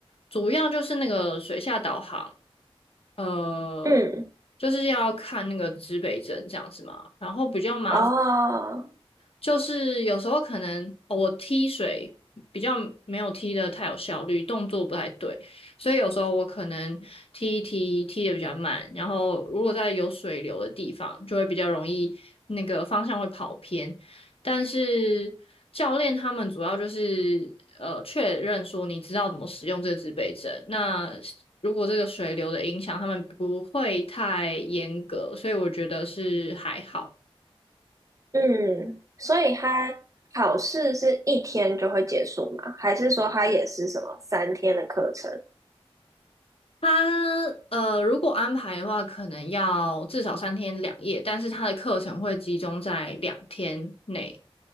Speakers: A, on the left; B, on the right.
A: 主要就是那个水下导航，呃，
B: 嗯，
A: 就是要看那个指北针这样子嘛，然后比较麻。
B: 哦，
A: 就是有时候可能哦我踢水比较没有踢的太有效率，动作不太对，所以有时候我可能踢一踢踢的比较慢，然后如果在有水流的地方，就会比较容易那个方向会跑偏。但是教练他们主要就是呃确认说你知道怎么使用这个自备针，那如果这个水流的影响，他们不会太严格，所以我觉得是还好。
B: 嗯，所以它考试是一天就会结束吗？还是说它也是什么三天的课程？
A: 他呃，如果安排的话，可能要至少三天两夜，但是他的课程会集中在两天内